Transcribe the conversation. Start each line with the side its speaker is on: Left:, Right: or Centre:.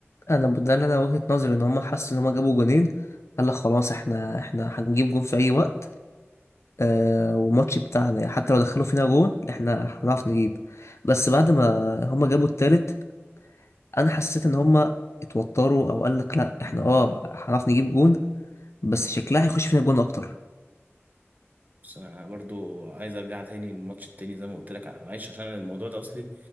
Left: انا ده اللي انا وجهة نظري ان هم حسوا ان هم جابوا جونين قال لك خلاص احنا احنا هنجيب جون في اي وقت آه والماتش بتاعنا يعني حتى لو دخلوا فينا جون احنا هنعرف نجيب بس بعد ما هم جابوا التالت انا حسيت ان هم اتوتروا او قال لك لا احنا اه هنعرف نجيب جون بس شكلها هيخش فينا جون اكتر
Right: بس انا برضو عايز ارجع تاني للماتش التاني زي ما قلت لك معلش عشان الموضوع ده اصلي